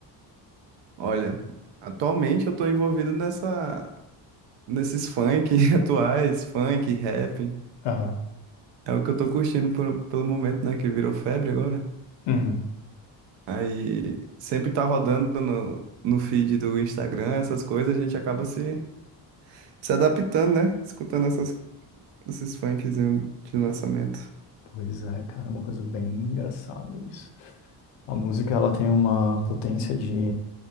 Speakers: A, on the right (about 75°); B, on the left (about 75°).
A: olha, atualmente eu tô envolvido nessa, nesses funk <laughs> atuais, funk, rap.
B: Aham.
A: É o que eu tô curtindo por- pelo momento, né? Que virou febre agora.
B: Uhum.
A: Aí sempre tá rodando no, no feed do Instagram, essas coisas, a gente acaba se se adaptando, né? Escutando essas, esses funkzinhos de lançamento.
B: Pois é, cara, é uma coisa bem engraçada isso. A música, ela tem uma potência de